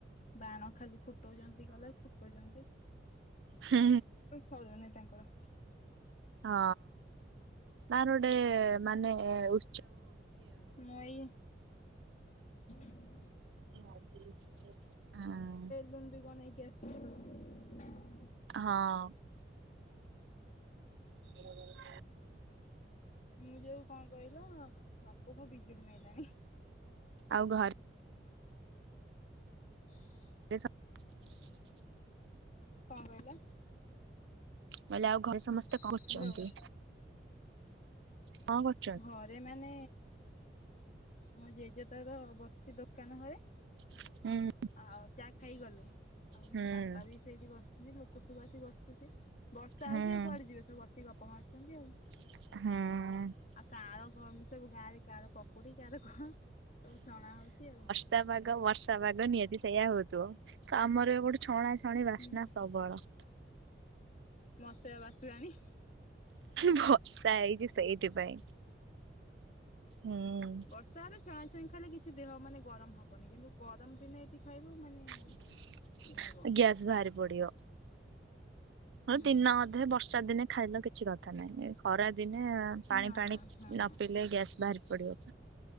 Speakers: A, on the left (about 45°); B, on the right (about 80°).
A: ବାଣ ଖାଲି ଫୁଟଉଛନ୍ତି କହିଲ କଉଛନ୍ତି।
B: ହଁ
A: ସରିନେଇ ତାଙ୍କର।
B: ହଁ ତାର ଗୋଟେ ମାନେ ଉ
A: ମଇ <unintelligible>
B: <unintelligible> ହଁ।
A: ଲୁ <unintelligible> ବି କଣ ନେଇକି ଆସି <inaudible>
B: ହଁ <unintelligible>
A: ମୁଁ ଯୋଉ କଣ କହିଲ ବାପୁ କୁ ବିଜୁଳି ମାଇଲାଣି।
B: ଆଉ ଘର
A: <unintelligible>
B: ସେ <unintelligible>
A: କଣ କହିଲ?
B: କହିଲି ଆଉ ଘରେ ସମସ୍ତେ କଣ
A: ହ୍ୟାଲୋ
B: କରୁଛନ୍ତି? କଣ କର
A: ଘରେ ମାନେ ମୋ ଜେଜେ ତାର ବସିଛି ଦୋକାନ ଘରେ
B: ହୁଁ।
A: ଆଉ ଚା ଖାଇଗଲେ ଆଉ
B: ହୁଁ
A: ମୋ ବାପା ବି ସେଇଠି ବସିଛନ୍ତି ଲୋକ ସବୁ ଆସି ବସିଛନ୍ତି ବର୍ଷା
B: ହୁଁ
A: ହଉଛି ଆଉ କୁଆଡେ ଯିବେ ସବୁ ବସିକି ଗପ ମାରୁଛନ୍ତି ଆଉ
B: ହଁ।
A: ଆଉ କାଆଳ କ ସବୁ ଗାଁ ରେ କାହାର ପକୁଡି କାହାର କଣ ସବୁ ଛଣା ହଉଛି ଆଉ।
B: ବର୍ଷା ପାଗ ବର୍ଷା ପାଗ ନିହାତି ସେଇୟା ହଉଥିବ ତ ଆମର ଏ ଗୋଟେ ଛଣା ଛଣି ବାସ୍ନା
A: ହୁଁ
B: ସବଳ।
A: ମତେ ବା ବାସିଲାଣି।
B: ବର୍ଷା ହେଇଛି ସେଇଥିପାଇଁ।
A: ଏଇ
B: ହୁଁ
A: ବର୍ଷାରେ ଛଣାଁ ଛଇଁ ଖାଇଲେ କିଛି ଦେହ ମାନେ ଗରମ ହେବନି କିନ୍ତୁ ଗରମ ଦିନେ ଏଇଠି ଖାଇବୁ ମାନେ
B: <unintelligible>
A: ଇଏ ହବ
B: ଗ୍ୟାସ ବାହାରି ପଡିବ
A: ହୁଁ
B: ଦିନ ଅଧେ ବର୍ଷା ଦିନେ ଖାଇଲ କିଛି କଥା ନାହିଁ ଖରାଦିନେ ପାଣି
A: ନା
B: ପାଣି ନ
A: ହଁ
B: ପିଇଲେ ଗ୍ୟାସ୍ ବାହାରି ପଡିବ।